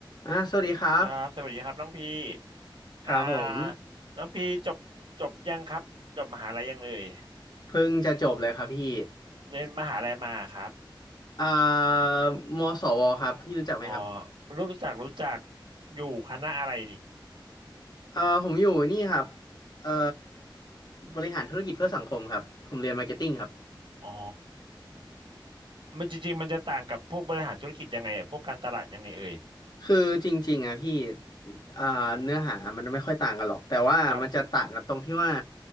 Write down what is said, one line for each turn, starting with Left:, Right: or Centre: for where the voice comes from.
Left: อ่าสวัสดีครับ
Right: ครับสวัสดีครับน้องพี่อ่าน้องพี่จบจบยังครับจบมหาลัยยังเอ่ย
Left: ครับผมเพิ่งจะจบเลยครับพี่
Right: เรียนมหาลัยมาครับ
Left: อ่ามสวครับพี่รู้จักไหมครับ
Right: หมอรู้รู้จักรู้จักอยู่คณะอะไรนี่
Left: เอ่อผมอยู่นี่ครับเอ่อบริหารธุรกิจเพื่อสังคมครับผมเรียนมาร์เก็ตติ้งครับ
Right: อ๋อมันจริงๆมันจะต่างกับพวกบริหารธุรกิจยังไงอะพวกการตลาดยังไงเอ่ย
Left: คือจริงๆอ่ะพี่อ่าเนื้อหามันไม่ค่อยต่างกันหรอกแต่ว่ามันจะต่างกันตรงที่ว่า
Right: ครับ